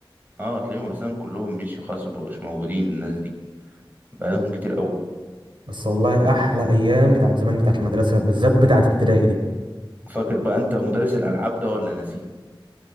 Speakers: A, on the right (about 20°); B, on the right (about 65°).
A: اه تلاقيهم اساسا كلهم مشيوا خلاص مبقوش موجودين الناس دي بقالهم كتير قوي
B: بس والله احلى ايام بتاعت زمان بتاعت المدرسه بالذات بتاعت ابتدائي دي
A: فاكر بقى انت مدرس الالعاب ده ولا نسيه